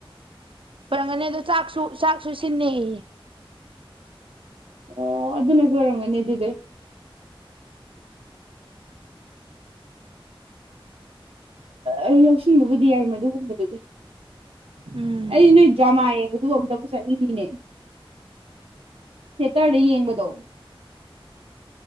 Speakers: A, on the right; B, on the right.
A: ꯑꯣꯏꯔꯝꯒꯅꯤ ꯑꯗꯣ ꯆꯥꯛꯁꯨ ꯆꯥꯛꯁꯨ ꯁꯤꯟꯅꯦꯌꯦ
B: ꯑꯣ ꯑꯗꯨꯅꯁꯨ ꯑꯣꯏꯔꯝꯒꯅꯤ ꯑꯗꯨꯗꯤ ꯑꯦ ꯑ ꯌꯥꯎꯁꯤꯜꯂꯨꯕꯗꯤ ꯌꯥꯏ ꯃꯗꯨ ꯍꯝꯕꯗꯨꯗꯤ
A: ꯎꯝ
B: ꯑꯩ ꯅꯣꯏ ꯗ꯭ꯔꯥꯃ ꯌꯦꯡꯕ ꯑꯗꯨ ꯑꯝꯇꯕꯨ ꯆꯠꯅꯤꯡꯉꯤꯅꯦ ꯊꯦꯇꯔꯗ ꯌꯦꯡꯕꯗꯣ